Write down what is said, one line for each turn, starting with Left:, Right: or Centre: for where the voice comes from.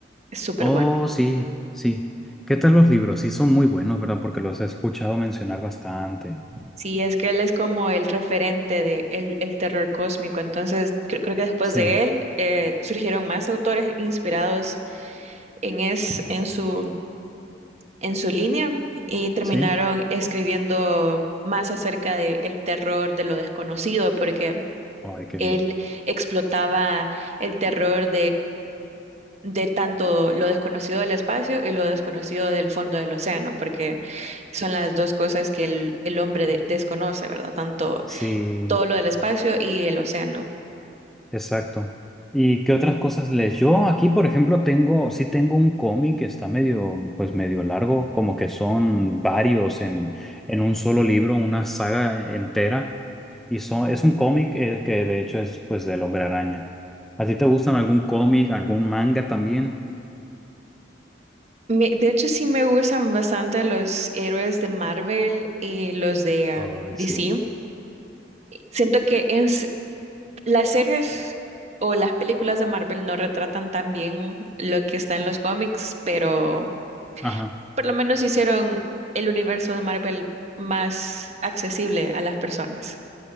Right: Es súper
Centre: Oh,
Right: bueno.
Centre: sí, sí. ¿Qué tal los libros? Sí, son muy buenos, ¿verdad? Porque los he escuchado mencionar bastante.
Right: Sí, es que él es como el referente de el, el terror cósmico. Entonces, cre- creo que después
Centre: Sí,
Right: de él eh, surgieron más autores inspirados en, es, en su, en su línea y terminaron
Centre: sí.
Right: escribiendo más acerca de el terror de lo desconocido, porque
Centre: Ay, qué
Right: él
Centre: bien.
Right: explotaba el terror de tanto lo desconocido del espacio y lo desconocido del fondo del océano, porque son las dos cosas que el, el hombre de- desconoce, ¿verdad? Tanto
Centre: Sí,
Right: todo lo del espacio y el océano.
Centre: exacto. ¿Y qué otras cosas lees? Yo aquí, por ejemplo, tengo, sí tengo un cómic que está medio, pues medio largo, como que son varios en, en un solo libro, una saga entera. Y son, es un cómic eh, que de hecho es pues del Hombre Araña. ¿A ti te gustan algún cómic, algún manga también?
Right: Me- de hecho, sí me gustan bastante los héroes de Marvel y los de ah,
Centre: Ay,
Right: DC.
Centre: sí.
Right: Siento que es, las series o las películas de Marvel no retratan tan bien lo que está en los cómics, pero
Centre: Ajá.
Right: Por lo menos hicieron el universo de Marvel más accesible a las personas.